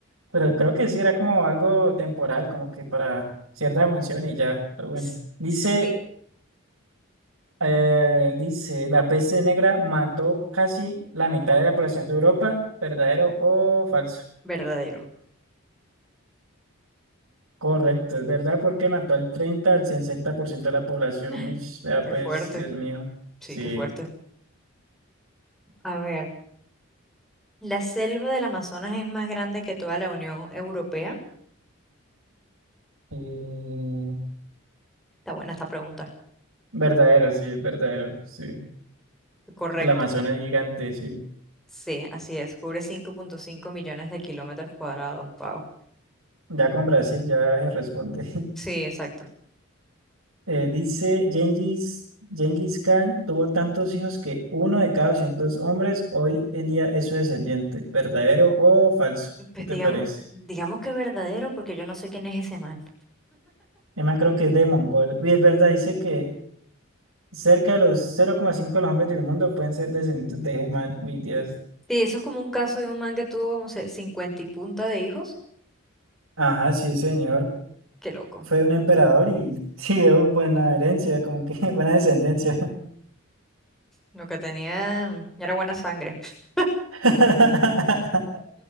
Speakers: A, on the right; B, in the centre.
A: Pero creo que sí, era como algo temporal, como que para cierta función y ya, pero bueno.
B: S-
A: Dice...
B: Sí.
A: Eh, dice, la peste negra mató casi la mitad de la población de Europa, ¿verdadero o falso?
B: Verdadero.
A: Correcto, es verdad, porque mató al 30 al 60% de la población.
B: <gasps> <laughs>
A: Ish, vea
B: Qué
A: pues,
B: fuerte.
A: Dios mío.
B: Sí,
A: Sí.
B: qué fuerte. A ver, ¿la selva del Amazonas es más grande que toda la Unión Europea?
A: Mm,
B: Está buena esta pregunta.
A: verdadero, sí, es verdadero, sí. Es
B: Correcto.
A: que la Amazona es gigante, sí.
B: Sí, así es. Cubre 5.5 millones de kilómetros cuadrados. Wow.
A: Ya con Brasil ya se responde.
B: Sí, exacto.
A: Eh, dice Gengis, Gengis Khan tuvo tantos hijos que uno de cada 200 hombres hoy en día es su descendiente. ¿Verdadero o falso?
B: Pues
A: ¿Qué te
B: digamos,
A: parece?
B: digamos que verdadero, porque yo no sé quién es ese man.
A: Además, creo que es de Mongol. Y es verdad, dice que cerca de los cero coma cinco de los hombres del mundo pueden ser descendientes de Germán. Uy, Dios.
B: Sí, eso es como un caso de un man que tuvo como se- 50 y punta de hijos.
A: Ajá, sí, señor.
B: Qué loco.
A: Fue un emperador y <laughs> sí, dio buena herencia, como que <laughs> buena descendencia.
B: Lo que tenía era buena sangre. <laughs>
A: <laughs>